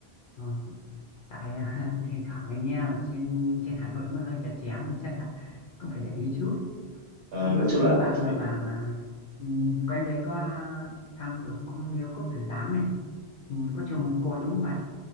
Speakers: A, on the left; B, on the right.
A: Ờ, tại <laughs> thỉnh thoảng mình nghe là trên trên Hà Nội nó hơi chặt chém nên chắc là cũng phải để ý chút.
B: Ờ,
A: Ừ,
B: nói chung
A: như
B: là
A: bạn vừa bảo là ừ, quanh đấy có thăm được cung miếu quốc tử giám này, ừ, có chùa Một Cột đúng không bạn?